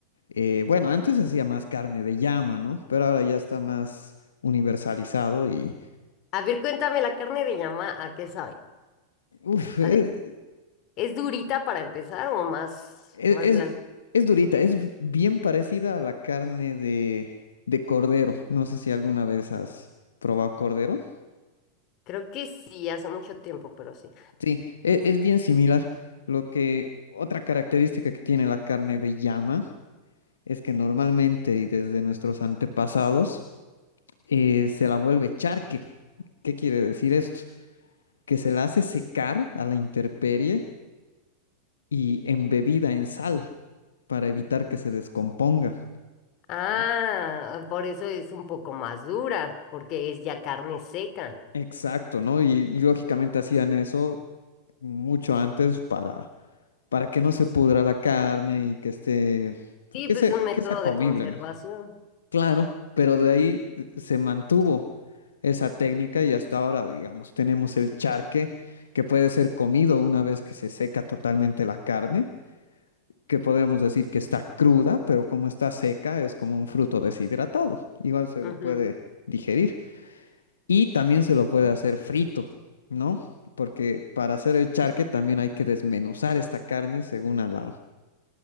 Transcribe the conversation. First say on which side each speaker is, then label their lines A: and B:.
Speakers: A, on the left (about 70°); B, on the left (about 40°).
A: Eh, bueno, antes se hacía más carne de llama, ¿no? Pero ahora ya está más universalizado y...
B: A ver, cuéntame, la carne de llama, ¿a qué sabe?
A: Uf, e-
B: O sea, ¿es durita para empezar o más,
A: e-
B: más
A: es,
B: blanda?
A: es durita, es bien parecida a la carne de, de cordero. No sé si alguna vez has probado cordero.
B: Creo que sí, hace mucho tiempo, pero sí.
A: Sí, e- es, bien similar. Lo que... Otra característica que tiene la carne de llama es que normalmente y desde nuestros antepasados eh, se la vuelve charque. ¿Qué quiere decir esto? Que se la hace secar a la intemperie y embebida en sal para evitar que se descomponga.
B: Ah,
A: ¿no?
B: por eso es un poco más dura, porque es ya carne seca.
A: Exacto, ¿no? Y, y lógicamente hacían eso mucho antes para, para que no se pudra la carne y que esté,
B: Sí,
A: que
B: pues
A: sea,
B: un método
A: que sea comible,
B: de conservación.
A: ¿no? Claro, pero de ahí eh, se mantuvo esa técnica y hasta ahora, digamos, tenemos el charque que puede ser comido una vez que se seca totalmente la carne que podríamos decir que está cruda, pero como está seca, es como un fruto deshidratado. Igual se
B: Ujú.
A: lo puede digerir. Y también se lo puede hacer frito, ¿no? Porque para hacer el charque también hay que desmenuzar esta carne según a la,